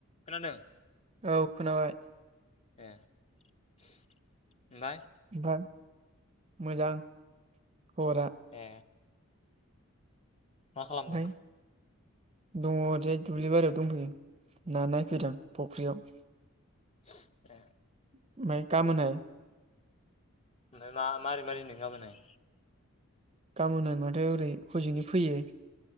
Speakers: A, on the left; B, on the right.
A: खोनादों
B: औ खोनाबाय।
A: ए ओमफ्राय
B: ओमफ्राय मोजां खबरा
A: ए। मा खालामदों।
B: ओमफ्राय दङ ओरैजाय दुब्लि बारियाव दंफैयो ना नायफैदों फख्रियाव।
A: <inaudible>
B: <unintelligible> गामोनहाय
A: ओमफ्राय मा मारै मारै होनदों गाबोनहाय।
B: गाबोनाय माथो ओरै हजोंनि फैयो।